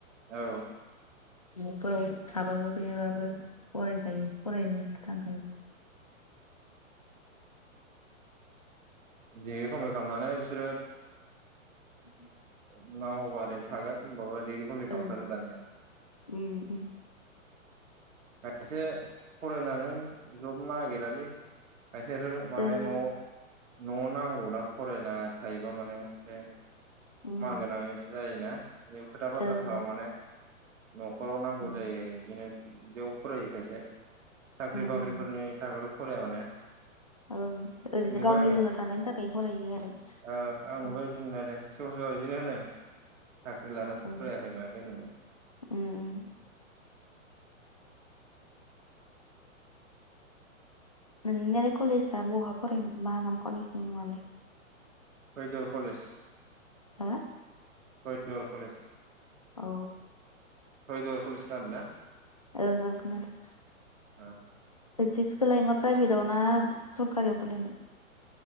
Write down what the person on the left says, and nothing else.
न'फोराव थाबाबो गैयाबाबो फरायखायो फरायनोथांखायो।
<inaudible>
ओं
ओम
ओं
उम
ओं
उम
उम
उम
ओं ओरैनो
गावनि
रोंना थानायनि थाखाय फरायो आरो
उम
ओं
उम उम नोंनियालाय कलेजआ बहा फरायोमोन बागाम कलेजनि मुङालाय
हा?
औ
ओं ओं खोनादों।
बिसखौ लाय मा प्राइभेटाव ना सरकारियाव फरायनाय?